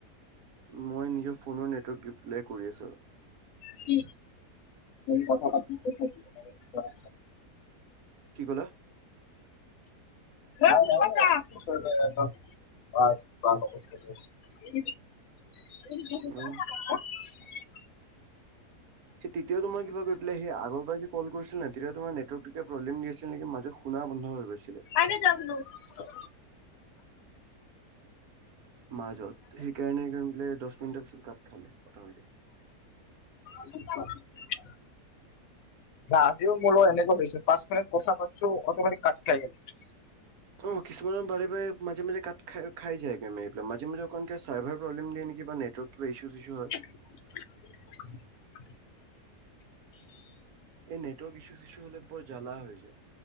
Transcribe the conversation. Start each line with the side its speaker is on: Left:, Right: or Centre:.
Right: মই নিজৰ ফোনৰ নেটৱৰ্ক ডিপেলাই কৰি আছোঁ।
Left: কি কথা পাতিবি ব কি কৈছ
Right: কি ক'লা
Left: <unintelligible>
Right: অ'
Left: <inaudible> ব <unintelligible>
Right: সেইতেতিয়া তোমাৰ কিবা কৰি পেলাই সেই আগৰপা কল কৰিছিল নে তেতিয়া তাৰ নেটৱৰ্ক প্ৰব্লেম দিছিল নে ম <unintelligible> শুনা বন্ধ হৈ গৈছিল
Left: আৰু যাম টো
Right: মাজত সেইকাৰণে বোলে দহ মিনিটৰ পিছত গাত খালে অটমেটিক
Left: হয় আজিও মোৰ লগত এনেকোৱা হৈছে পাঁচ মিনিট কথা পাতিছোঁ অতমিতিক খিনি কাট খাই যাই
Right: অ কিছুমানৰ বাৰে বাৰে মাজে মাজে কাত খাই খাই যায়গৈ মমে এইবিল মাজে মাজে অকণ কিয় চাৰ্ভাৰ প্ৰব্লেম দিয়ে নেকি নেটৱৰ্ক কিবা ইু ইছু হয়
Left: <inaudible>
Right: এই নেটৱৰ্ক ইছ্যু চ ইিছ্যু হলে বৰ জ্বালা হৈ যায়